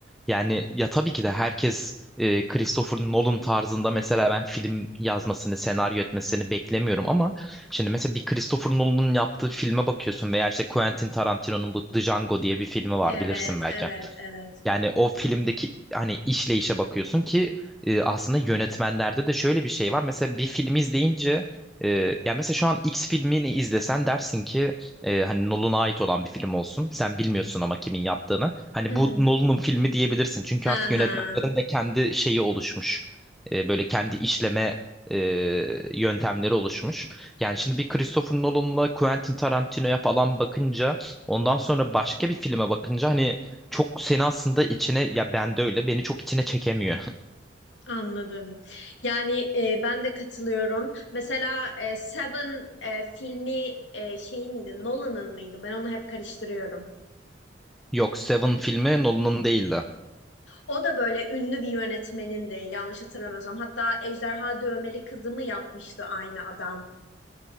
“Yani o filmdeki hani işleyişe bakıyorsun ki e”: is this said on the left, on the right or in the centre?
Centre